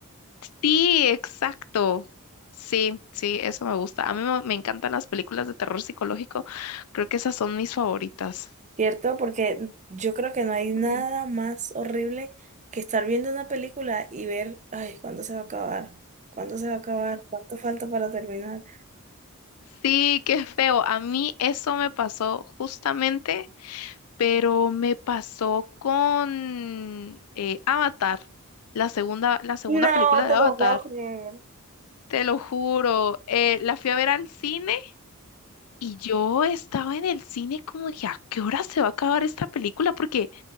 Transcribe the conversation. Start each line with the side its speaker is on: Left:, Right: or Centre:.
Left: Sí, exacto. Sí, sí, eso me gusta. A mí me, me encantan las películas de terror psicológico, creo que esas son mis favoritas.
Right: ¿cierto? Porque yo creo que no hay nada
Left: Ujú.
Right: más horrible que estar viendo una película y ver, ay, ¿cuándo se va a acabar? ¿Cuándo se va a acabar? ¿Cuánto falta para terminar?
Left: Sí, qué feo. A mí eso me pasó justamente. pero me pasó con eh, Avatar, la segunda, la segunda
Right: No,
Left: película
Right: te
Left: de Avatar.
Right: lo puedo creer.
Left: Te lo juro, eh, la fui a ver al cine y yo estaba en el cine como dije, ¿a qué hora se va a acabar esta película? Porque